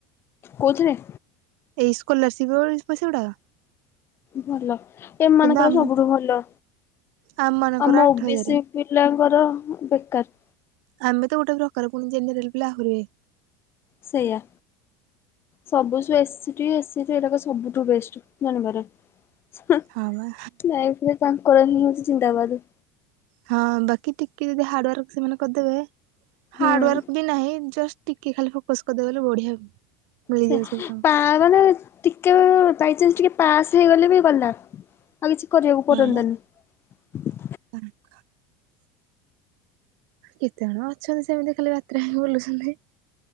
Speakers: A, on the left; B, on the right.
A: କୋଉଥିରେ?
B: ଏଇ ସ୍କଲାରସିପ ପଇସା ଗୁଡାକ
A: ଭଲ ଏମାନଙ୍କର
B: କିନ୍ତୁ ଆମ
A: ସବୁଠୁ ଭଲ।
B: ଆମ ମାନଙ୍କର
A: ଆମ
B: ଆଠ
A: ଓ ବି
B: ହଜାର
A: ସି ପିଲାଙ୍କର ବେକାର।
B: ଆମେ ତ ଗୋଟେ ପ୍ରକାର ପୁଣି ଜେନେରାଲ ପିଲା ଆହୁରି ଇଏ
A: ସେଇୟା। ସବୁ ଯୋଉ ଏସଟି ଏସି ଏଗୁଡ଼ାକ ସବୁଠୁ ବେଷ୍ଟ ଜାଣିବାରେ। ହୁଁ
B: ହଁ ବା
A: ଲାଇଫରେ ତାଙ୍କର ହିଁ ହଉଛି ଜିନ୍ଦାବାଦ।
B: ହଁ ବାକି ଟିକେ ଯଦି ହାର୍ଡୱାର୍କ ସେମାନେ କରିଦେବେ ହାର୍ଡୱାର୍କ
A: ହୁଁ।
B: ବି ନାହିଁ ଜଷ୍ଟ ଟିକେ ଖାଲି ଫୋକସ କରିଦେବେ ହେଲେ ବଢିଆ ମିଳିଯିବ
A: ସେ
B: ସବୁ ତାଙ୍କୁ
A: ତାମାନେ ଟିକେ ବାଇଚାନ୍ସ ଟିକେ ପାସ୍ ହେଇଗଲେ ବି ଗଲା ଆଉ କିଛି କରିବାକୁ ପଡନ୍ତାନି।
B: ହଁ ବା <unintelligible> କେତେ ଜଣ ଅଛନ୍ତି ସେମିତି ଖାଲି ବାତରା ହେଇ ବୁଲୁଛନ୍ତି।